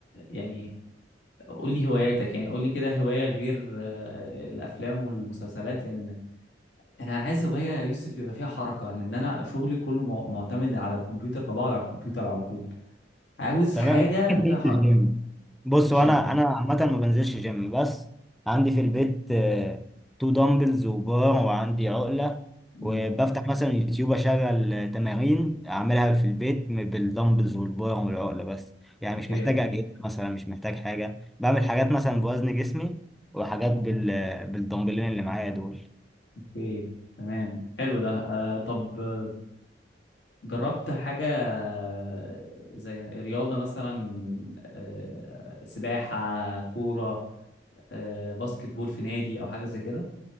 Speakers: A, on the left; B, in the centre.
A: يعني قول لي هواياتك يعني قول لي كده هوايه غير آه، الافلام والمسلسلات لان انا انا عايز هوايه يا يوسف يبقى فيها حركه ان إن انا شغلي كله مع- معتمد على الكمبيوتر فبقعد على الكمبيوتر على طول عاوز
B: تمام
A: حاجه
B: انت ممكن تنزل
A: فيها حركه
B: جيم بص
A: جيم
B: وانا انا عامه ما بنزلش جيم بس عندي في البيت تو دمبلز وبار وعندي عقله
A: امم
B: وبفتح مثلا يوتيوب اشغل آه، تمارين اعملها في البيت م- بالدمبلز والبار والعقله بس يعني
A: اوكي
B: مش محتاج اجهزه مثلا مش محتاج حاجه بعمل حاجات مثلا بوزن جسمي وحاجات بال آه، بالدمبلين اللي معايا دول
A: اوكي تمام حلو ده آه طب آه، جربت حاجه آه، زي رياضه مثلا آه سباحه كوره آه باسكت بول في نادي او حاجه زي كده